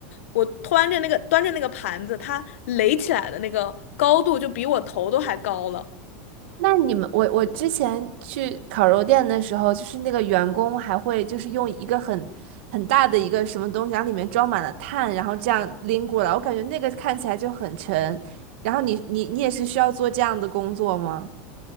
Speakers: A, on the left (about 70°); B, on the right (about 50°).
A: 我端着那个端着那个盘子，它垒起来的那个高度就比我头都还高了。
B: <laughs> 那你们，我我之前去烤肉店的时候，就是那个员工还会就是用一个很很大的一个什么东西，然后里面装满了碳，然后这样拎过来，我感觉那个看起来就很沉。然后你你你也是需要做这样的工作吗？